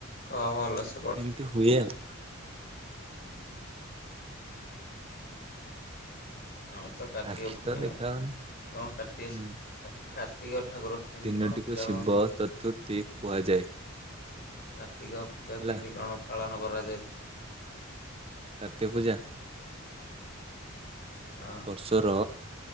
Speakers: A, on the left; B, on the right.
A: କଣ ଭଲ ସ
B: ଏମିତି ହୁଏ ଆଉ।
A: ହୁଁ ହୁଁ। ଆମ ତ କାର୍ତ୍ତିକ
B: ଆଖି
A: ପୂର୍ଣ୍ଣିମା,
B: ତ ଦେଖାଯାଉନି
A: ହଁ କାର୍ତ୍ତିକସ
B: ହୁଁ।
A: କାର୍ତିକ ଠାକୁର କେମିତି
B: ତିନୋଟିକୁ
A: କଣ ପୂଜା
B: ଶିବ
A: ହୁଅନ୍ତି?
B: ଚତୁର୍ଥୀ କୁହାଯାଏ।
A: କାର୍ତ୍ତିକ ପୂଜା
B: ହେଲା
A: କେମିତି କଣ ପାଳନ କରାଯାଏ?
B: କାର୍ତ୍ତିକ ପୂଜା?
A: ହଁ।
B: ବର୍ଷର,